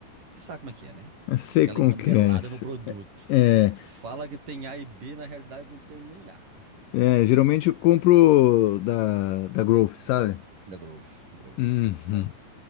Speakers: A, on the right; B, on the left.
A: Você sabe como é que é, né?
B: Eu sei
A: Aquela
B: como
A: engambelada
B: que é. S-
A: no produto.
B: É,
A: Fala que tem A e B, na realidade não tem nem A.
B: é, geralmente eu compro da, da Growth, sabe?
A: Da Growth, Growth.
B: Uhum.
A: Bom.